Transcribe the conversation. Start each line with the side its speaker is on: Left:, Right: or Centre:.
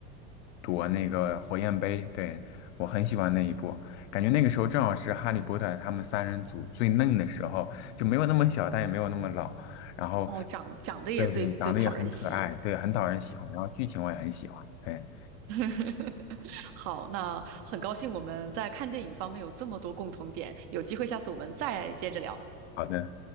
Left: 夺那个火焰杯，对，我很喜欢那一部，感觉那个时候正好是哈利波特他们三人组最嫩的时候，就没有那么小，但也没有那么老，然后
Right: 哦，长长得也最最讨人喜。
Left: 对对，长得也很可爱，对，很讨人喜欢，然后剧情我也很喜欢，对，
Right: <laughs> 好，那很高兴我们在看电影方面有这么多共同点，有机会下次我们再接着聊。
Left: 好的。